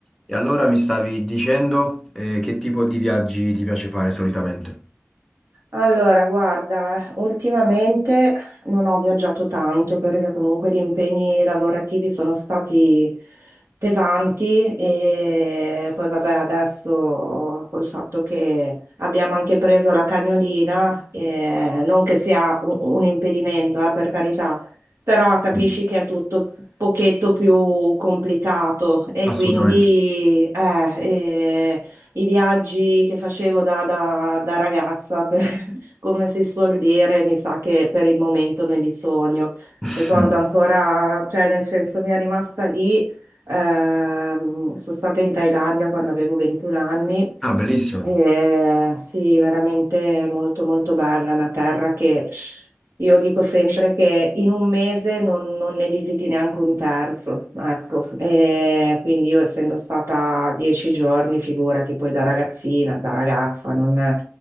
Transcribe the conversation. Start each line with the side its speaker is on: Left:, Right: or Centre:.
Centre: E allora mi stavi dicendo eh, che tipo di viaggi ti piace fare solitamente?
Right: Allora, guarda, ultimamente non ho viaggiato tanto perché comunque gli impegni lavorativi sono stati pesanti e poi vabbè, adesso col fatto che abbiamo anche preso la cagnolina, eh, non che sia un, un impedimento, eh, per carità, però capisci
Centre: Mm,
Right: che è tutto un pochetto più complicato e
Centre: Assolutamente.
Right: quindi eh, eh, i viaggi che facevo da, da- da ragazza <laughs> come si suol dire, mi sa che per il momento me li sogno.
Centre: <laughs>
Right: Ricordo ancora,
Centre: Mm.
Right: cioè nel senso mi è rimasta lì, ehm, sono stata in Thailandia quando avevo 21 anni
Centre: Ah, bellissimo.
Right: eh, sì, veramente molto molto bella, una terra che io dico sempre che in un mese non, non ne visiti neanche un terzo, ecco. Eh, quindi io essendo stata dieci giorni, figurati, poi da ragazzina, da ragazza, non,